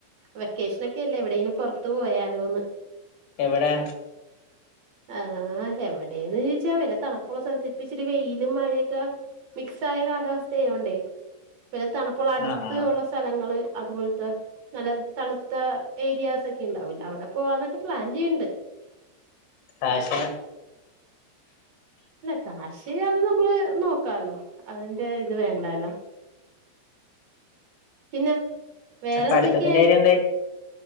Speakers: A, on the right; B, on the left.
A: വെക്കേഷനൊക്കെല്ലെ എവിടേലും പൊർത്ത് പോയാലോന്ന്
B: എവ്ടെ
A: ഏഹ് എവ്ടെ ന്ന്ചോയ്ച്ച വല്ല തണുപ്പുള്ള സ്ഥലത്ത് പ്പോ ഇച്ചിരി വെയിലും മഴൊക്കെ മിക്സ് ആയ കാലാവസ്ഥായോണ്ടേ <unintelligible> തണുപ്പുള്ള അട്ത്ത്
B: ആഹ്
A: ഉള്ള സ്ഥലങ്ങള് അതുപോൽത്ത നല്ല തണുത്ത ഏരിയാസൊക്കെ ഇണ്ടാവൂലെ അവ്ടെ പോവാന്നൊക്കെ പ്ലാൻ ചെയ്യ്ണ്ട്‌
B: കാശ
A: ഇന്ന കാശ് <unintelligible> നമ്മള് നോക്കാലോ അതിന്റെ ത് വേണ്ടാലോ പിന്നെ വേറെന്തൊക്കെയായി
B: പഠ്തത്തിന്റെ കാര്യന്തായി